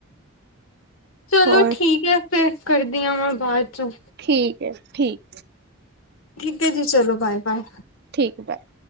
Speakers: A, on the left; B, on the right.
A: ਚਲੋ
B: ਹੋਰ
A: ਠੀਕ ਐ। ਫੇਫ ਕਰਦੀ ਆਂ ਮੈਂ ਬਾਦ 'ਚੋਂ।
B: ਠੀਕ ਐ, ਠੀਕ
A: ਠੀਕ ਐ ਜੀ, ਚਲੋ ਬਾਏ-ਬਾਏ।
B: ਠੀਕ ਐ, ਬਾਏ।